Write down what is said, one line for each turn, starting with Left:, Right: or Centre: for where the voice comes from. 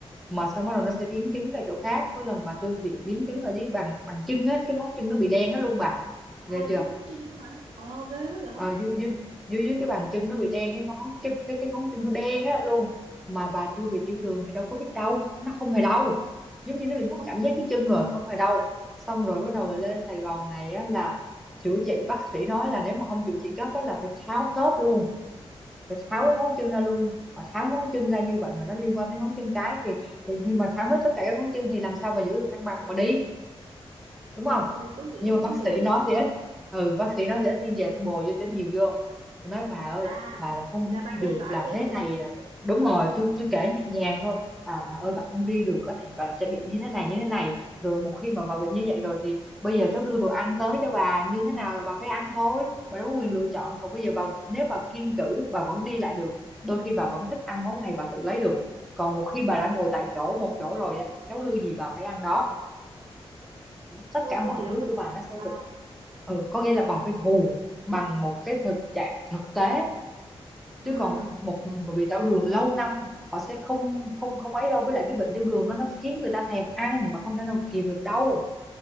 Centre: mệt xong bắt đầu nó sẽ biến chứng ra chỗ khác có lần bà tôi bị biến chứng ở dưới bàn bàn chân á cái ngón chân nó bị đen hết luôn bà ghê
Right: à
Centre: chưa
Right: dưới muốn chinh nữa hả ờ ghê quá vậy
Centre: ờ, dưới, dưới, dưới dưới cái bàn chân nó bị đen cái ngón cái cái cái ngón chân nó đen á luôn mà bà tôi bị tiểu đường thì đâu có biết đâu nó không hề đau
Right: Ừ,
Centre: giống như nó bị mất
Right: không
Centre: cảm giác cái chân rồi không hề đau xong rồi bắt đầu là lên Sài Gòn này á là chữa trị bác sĩ nói là nếu mà không chữa trị gấp á là phải tháo khớp luôn phải tháo cái ngón chân ra luôn và tháo ngón chân ra như vậy mà nó liên quan tới ngón chân cái thì, thì khi mà tháo hết tất cả các ngón chân thì làm sao mà giữ được thăng bằng mà đi đúng
Right: ừ,
Centre: không
Right: ừ tôi hiểu
Centre: nhưng mà
Right: tôi
Centre: bác
Right: hiểu
Centre: sĩ nói thì ít ừ bác sĩ nói thì ít nhưng về tôi bồi vô cho nhiều vô tôi nói bà ơi
Right: à
Centre: bà mà không
Right: là bà
Centre: đi
Right: đe
Centre: được
Right: dọa
Centre: là
Right: thêm
Centre: thế
Right: nữa
Centre: này là đúng
Right: ừ
Centre: rồi tôi tôi kể nhẹ nhàng thôi à bà ơi
Right: ừ,
Centre: bà không đi được á thì bà sẽ bị như thế này như thế này rồi một khi mà bà bị như vậy rồi thì bây giờ cháu đưa đồ ăn tới cho bà như thế nào là bà phải ăn thôi bà đâu có quyền lựa chọn còn bây giờ bà nếu bà kiêng cữ bà vẫn đi lại được đôi khi bà vẫn thích ăn món này bà tự lấy được còn một khi bà đã ngồi tại chỗ một chỗ rồi á cháu đưa gì bà phải ăn đó tất
Right: tôi
Centre: cả mọi
Right: tôi hiểu
Centre: thứ
Right: tôi
Centre: của bà
Right: hiểu
Centre: nó sẽ
Right: à
Centre: bị ừ, có nghĩa là bà phải hù bằng một cái thực trạng thực tế
Right: ừ
Centre: chứ còn một người mà bị tiểu đường lâu năm họ sẽ không không không ấy đâu với lại cái bệnh tiểu đường nó nó khiến người ta thèm ăn mà không thể nào kìm được đâu